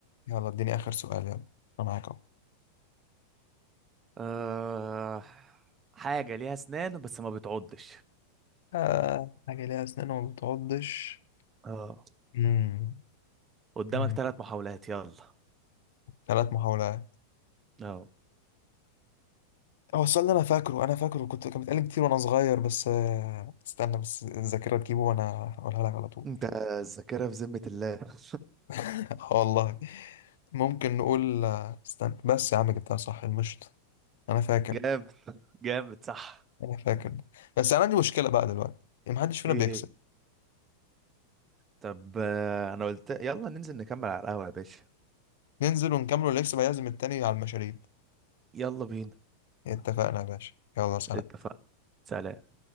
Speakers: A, on the left; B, on the right.
A: يلا اديني آخر سؤال يلا انا معاك اهو
B: آه، حاجة ليها اسنان بس ما بتعضش
A: آه، حاجة ليها أسنان وما بتعضش
B: اه
A: مم.
B: قدامك
A: مم.
B: ثلاث محاولات يلا
A: ثلاث محاولات
B: اه
A: هو السؤال ده أنا فاكره أنا فاكره كنت كان بيتقال كتير وأنا صغير بس آه، استنى بس الذاكرة تجيبه وأنا هقولها لك على طول
B: انت الذاكرة في ذمة الله <laughs>
A: <laughs> اه والله ممكن نقول آه، استنى بس يا عم جبتها صح المشط أنا فاكر
B: جامد جامد صح
A: أنا فاكر بس أنا عندي مشكلة بقى دلوقتي إن محدش فينا
B: ايه
A: بيكسب
B: هي طب آه، انا قلت يلا ننزل نكمل على القهوة يا باشا
A: ننزل ونكملوا الإكس بقى يعزم التاني على المشاريب
B: يلا بينا
A: اتفقنا يا باشا يلا سلام
B: اتفقنا سلام